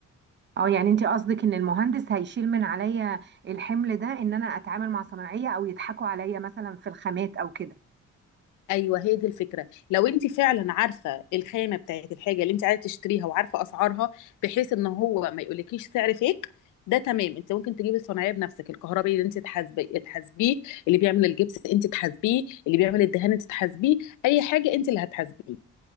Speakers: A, on the right; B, on the left.
A: اه يعني انت قصدك ان المهندس هيشيل من عليا الحمل ده ان انا اتعامل مع صنايعيه او يضحكوا عليا مثلا في الخامات او كده
B: ايوه هي دي الفكره لو انت فعلا عارفه الخامه بتاعت الحاجه اللي انت عايزه تشتريها وعارفه اسعارها بحيث ان هو ما يقولكيش سعر فيك ده تمام انت ممكن تجيبي الصناعيه بنفسك الكهربائي اللي انت تحاسبي تحاسبيه اللي بيعمل الجبس انت تحاسبيه اللي بيعمل الدهان انت تحاسبيه اي حاجه انت اللي هتحاسبيه